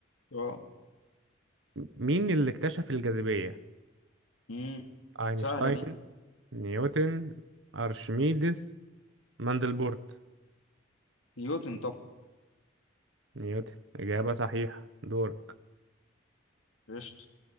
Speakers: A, on the left; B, on the right.
A: اه
B: مين اللي اكتشف الجاذبية؟
A: مم.
B: أينشتاين
A: سهلة دي
B: نيوتن أرشميدس ماندلبورت
A: نيوتن طبعا
B: نيوتن إجابة صحيحة دورك
A: قشطة